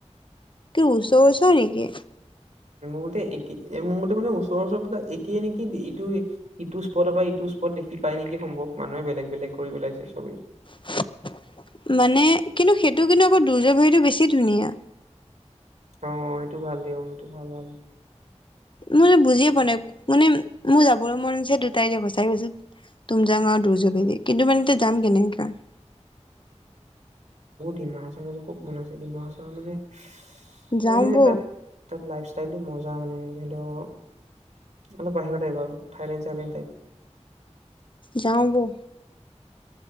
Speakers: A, on the left (about 45°); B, on the right (about 85°).
A: তো ওচৰ ওচৰ নিকি
B: ম এক মোৰ মতে মানে ওচৰৰ ওৰাক একে নেকি ইটো ইটো স্পটৰ বা ইটো স্পট দেখি। পায় নেকি সম্ভৱ মানুহে বেলেগ বেলেগ কৰি পেলাইছে চবেই।
A: <unintelligible> মানে কিন্তু সেইটো কিন্তু আকৌ দুৰ্য ভৰিটো বেছি ধুনীয়া।
B: অ সেইটো ভাল দিয়ওঁ সেইটো ভাল ভাল-
A: মই বুজিয়ে পোৱা নাই মানে মোৰ যাবৰ মনছে দুটাই যে সচাই গৈছো। তুম যাওঁ আৰু দূুৰ্যবেদিী কিন্তু মান এতি যাম কেনেকা-
B: দমা চলাবোৰ খুব মন আছে। বমাৰ মানে স
A: যাওঁ
B: মানে
A: বৌ
B: তাত তাত লাইফ ষ্টাইল মজ মানে ধৰি লও অলপ বাহিৰৰ টাইপ আৰু থাইলেণ্ড চাইলেণ্ড টাইপ-
A: যাওঁ। বল